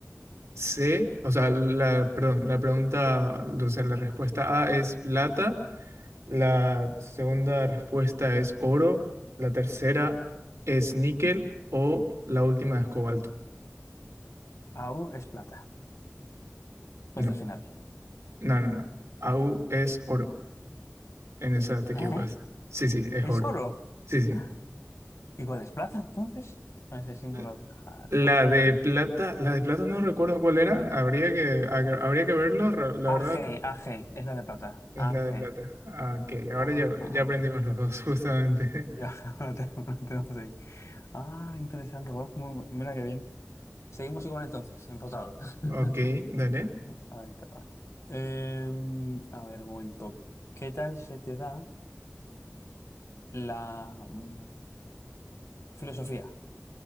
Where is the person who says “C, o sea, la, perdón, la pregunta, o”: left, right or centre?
Right